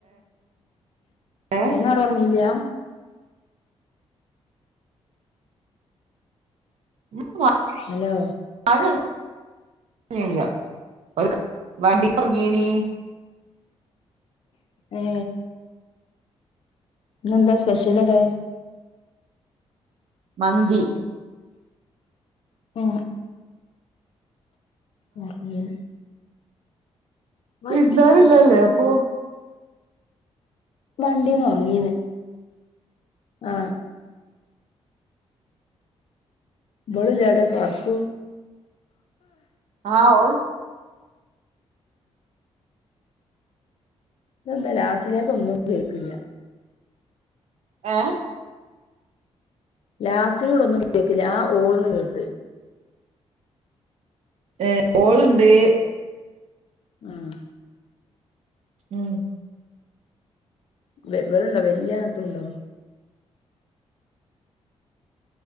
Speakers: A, on the right; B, on the left.
A: ഏ
B: മൂന്ന് നാൾ ഉറങ്ങില്ല
A: <unintelligible>
B: ഹലോ
A: <unintelligible>
B: ആ ഇന്നെന്താ സ്പെഷ്യൽ അടെ
A: മന്തി
B: മ്മ് <unintelligible> വണ്ടി
A: പെരുന്നാള്
B: മറിയെ
A: ഇന്നല്ലേ, അപ്പൊ
B: വണ്ടിന്ന് ഉറങ്ങീന്ന് ആ മോള് ജാട കർസും
A: ആ, ഓ
B: എന്താ ലാസ്റ്റിലേക്ക് ഒന്നും കേക്കില്ല.
A: ഏ
B: ലാസ്റ്റിനോട് ഒന്നും കേക്കില്ല, ആ ഓന്ന് കേട്ട്.
A: ഏ, ഓൾ ണ്ട്
B: ഉം
A: ഉം
B: വെമ്പലുണ്ടോ വല്ലിയാത്തുണ്ടോ.